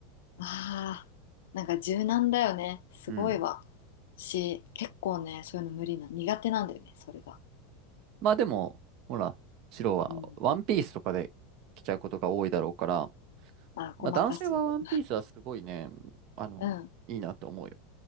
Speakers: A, on the left (about 65°); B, on the right (about 45°).
A: あー、なんか柔軟だよね。すごいわ。
B: うん。
A: 私、結構ね、そういうの無理な、苦手なんだよね、それが。
B: まあでも、ほら、白はワンピースとかで着ちゃうことが多いだろうから、
A: うん。あ、
B: まあ男性はワンピースはすごいね、
A: ごまかす。
B: あの、
A: うん。
B: いいなと思うよ。